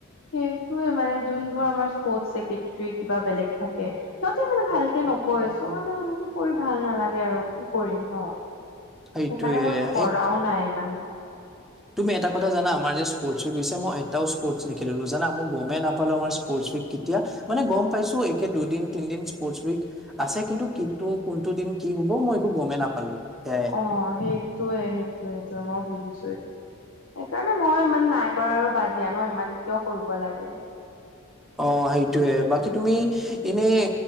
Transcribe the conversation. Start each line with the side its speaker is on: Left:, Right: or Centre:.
Left: সেইটোয়ে মানে যোনবোৰ আমাৰ স্পৰ্টছ ছেক্ৰেট্ৰী কিবা বেলেগ থাকে সিহঁতে মানে ভালকে নকৈ চ' মানে এনেকে কৰি ভাল নালাগে আৰু কি কৰিম ন'?
Centre: সেইটোয়ে
Left: সেইকাৰণে মোন কৰাও
Centre: এই
Left: নাই ইমান।
Centre: তুমি এটা কথা জানা, আমাৰ যে স্পৰ্টছ উইক হৈছে, মই এটাও স্পৰ্টছ নেখেলিলো জানা, মই গমেই নাপালো আমাৰ স্পৰ্টছ উইক কেতিয়া, মানে গম পাইছো একে দুদিন তিনিদিন স্পৰ্টছ উইক আছে কিন্তু কিটো কোনটো দিন কি হব মই একো গমেই নাপালো সেয়াই।
Left: অ', সেইটোয়ে - সেইটোয়ে - সেইটোয়ে, মই বুজিছো মানে মই ইমান নাই কৰা আৰু বাদ দিয়া ন' ইমান কিয় কৰিব লাগে?
Centre: অ, সেইটোৱে। বাকী তুমি এনে,